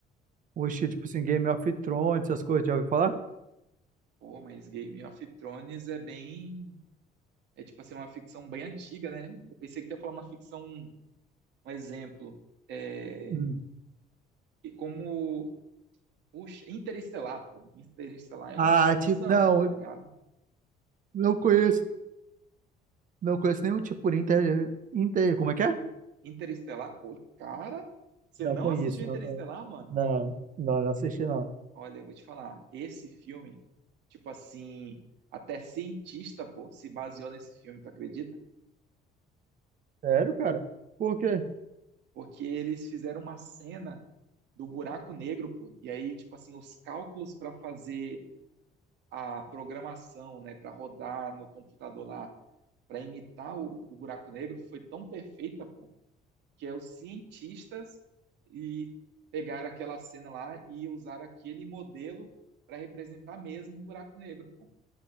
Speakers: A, on the right; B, on the right.
A: o tipo assim Game of Thrones, essas coisas, já ouviu falar?
B: Pô, mas Game of Thrones é bem. É tipo assim, uma ficção bem antiga, né? Eu pensei que tu ia falar uma ficção, um exemplo. É...
A: Hum.
B: E como. Puxa, Interestelar, pô. Interestelar é uma
A: Ah,
B: ficção,
A: tipo, não,
B: tá
A: eu
B: ligado?
A: não conheço, não conheço nenhum tipo por inter, inter, como é que é?
B: Interestelar, pô, cara, você
A: Não
B: não
A: conheço,
B: assistiu
A: não
B: Interestelar,
A: conheço.
B: mano?
A: Não, não, não assisti não.
B: Olha, eu vou te falar, esse filme, tipo assim, até cientista, pô, se baseou nesse filme, tu acredita?
A: Sério, cara? Por quê?
B: Porque eles fizeram uma cena do buraco negro, pô. E aí, tipo assim, os cálculos para fazer a programação, né, para rodar no computador lá, para imitar o, o buraco negro, foi tão perfeita, pô, que é os cientistas e pegaram aquela cena lá e usaram aquele modelo para representar mesmo o buraco negro, pô.